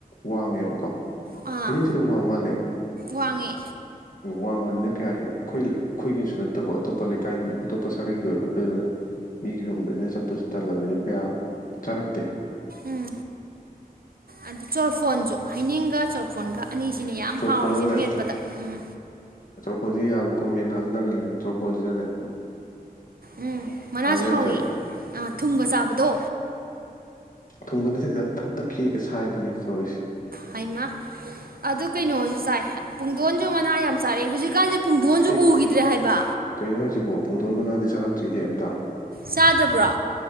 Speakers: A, on the left; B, on the right.
A: ꯋꯥꯡꯉꯦꯕꯀꯣ
B: ꯑꯥ
A: ꯍꯥꯏꯅꯤꯡꯁꯨ ꯑꯗꯨꯝ ꯋꯥꯡ ꯃꯥꯜꯂꯦ
B: ꯋꯥꯡꯉꯦ
A: ꯋꯥꯡꯕꯅꯤꯅ ꯀꯌꯥ ꯍꯦꯛ ꯑꯩꯈꯣꯏ ꯑꯩꯈꯣꯏꯒꯤꯁꯨ ꯅꯠꯇꯕ ꯑꯇꯣꯞꯄ ꯂꯩꯀꯥꯏꯒꯤ ꯑꯇꯣꯞꯄ ꯁꯥꯒꯩꯒꯤ ꯑꯣꯏꯕ ꯑꯗꯨꯗꯨꯅ ꯃꯤꯒꯤ ꯔꯣꯝꯗꯅꯤꯅ ꯆꯠꯄꯁꯨ ꯇꯜꯂꯕꯅꯤꯅ ꯀꯌꯥ ꯆꯥꯔꯛꯇꯦ
B: ꯎꯝ ꯑꯗꯨ ꯆꯣꯔꯐꯣꯟꯁꯨ ꯍꯩꯅꯤꯡꯒ ꯆꯣꯔꯐꯣꯟꯒ ꯑꯅꯤꯁꯤꯅꯦ ꯌꯥꯝ
A: ꯆꯣꯔꯐꯣꯟꯅꯅꯦ
B: ꯍꯥꯎꯔꯤꯖꯦ ꯃꯦꯠꯄꯗ ꯎꯝ
A: ꯈꯣꯟꯖꯤ ꯌꯥꯖꯨ ꯀꯨꯝꯃꯦ ꯅꯥꯖꯨ ꯅꯥꯒꯜꯂꯦ ꯅ ꯆꯣꯔꯣꯐꯣꯟꯖꯤꯅꯅꯦ
B: ꯎꯝ ꯃꯅꯥꯁꯨ
A: ꯌꯥꯝ
B: ꯍꯥꯎꯋꯦ
A: ꯆꯥꯔꯛꯑꯦ
B: ꯑꯥ ꯊꯨꯝꯒ ꯆꯥꯕꯗꯣ
A: ꯊꯨꯝꯒꯅꯠꯇꯦꯗꯗ ꯇꯛ ꯇꯛ ꯈꯤꯒ ꯁꯥꯏꯕꯅꯤ ꯁꯣꯔꯤ
B: ꯍꯥꯏꯃꯥ ꯑꯗꯨ ꯀꯩꯅꯣꯖꯨ ꯆꯥꯏ ꯄꯨꯡ ꯄꯨꯡꯗꯣꯟꯖꯨ ꯃꯅꯥ ꯌꯥꯝ ꯆꯥꯔꯛꯑꯦ ꯍꯧꯖꯤꯛꯀꯥꯟꯖꯦ ꯄꯨꯡꯗꯣꯟꯖꯨ
A: ꯑꯦ
B: ꯎꯈꯤꯗ꯭ꯔꯦ ꯍꯥꯏꯕꯥ
A: ꯀꯩꯅꯣ ꯍꯥꯏꯁꯤꯕꯣ ꯄꯨꯡꯗꯣꯟ ꯃꯅꯥꯗꯤ ꯆꯥꯔꯛꯇ꯭ꯔꯤꯍꯦ ꯑꯝꯇꯥ
B: ꯆꯥꯗꯕ꯭ꯔꯣ